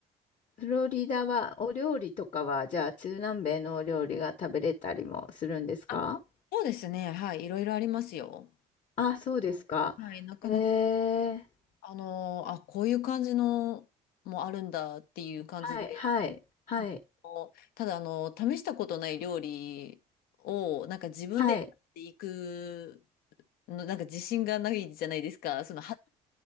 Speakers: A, on the left (about 45°); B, on the left (about 75°).
A: フロリダはお料理とかは、じゃあ中南米のお料理が食べれたりもするんですか
B: あ、そうですね、はい、いろいろありますよ。
A: あ、そうですか。
B: はい、なかなか、
A: えー
B: あのーあ、こういう感じのもあるんだっていう感じで、
A: はい、はい、
B: い
A: はい、
B: つもこうただ、あの、試したことない料理を、なんか自分でやっていく
A: はい。
B: の、なんか自信がないじゃないですか。その、歯っ